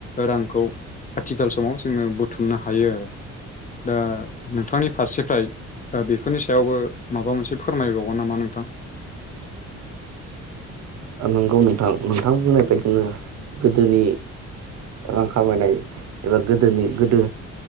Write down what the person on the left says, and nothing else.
रांखौ आथिखाल समाव जोङो बुथुमनो हायो आरो दा नोंथांनि फारसेफ्राय दा बेफोरनि सायावबो माबा मोनसे फोरमायबावगोन नामा नोंथां?